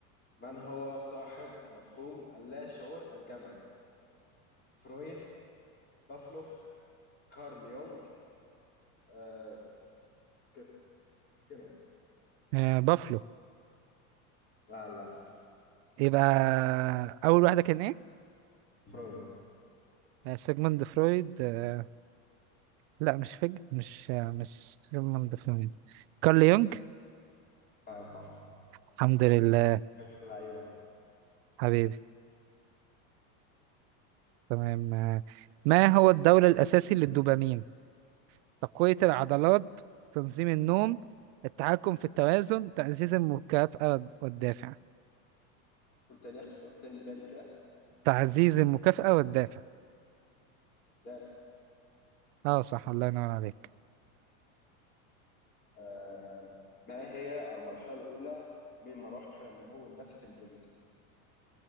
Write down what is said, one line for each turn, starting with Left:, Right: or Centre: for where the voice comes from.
Left: من هو صاحب مفهوم اللا شعور الجمعي؟ فرويد، بافلوف، كارل يونغ، آه، سكينر سكينر.
Right: آه، بافلو
Left: لا للأسف
Right: يبقى أول واحدة كان إيه؟
Left: فرويد
Right: آه، سيجموند فرويد آه، لا مش فج مش آه، مش سيجموند فرويد كارل يونغ
Left: فاهم صح
Right: الحمد لله
Left: يا ابن اللعيبه
Right: حبيبي تمام آه، ما هو الدولة الأساسي للدوبامين تقوية العضلات تنظيم النوم التحكم في التوازن تعزيز المكافأة والدافع
Left: قلت تاني قلت تاني دال كده
Right: تعزيز المكافأة والدافع
Left: دال
Right: اه صح الله ينور عليك
Left: آه ما هي المرحلة الأولى من مراحل النمو النفسي الجنسي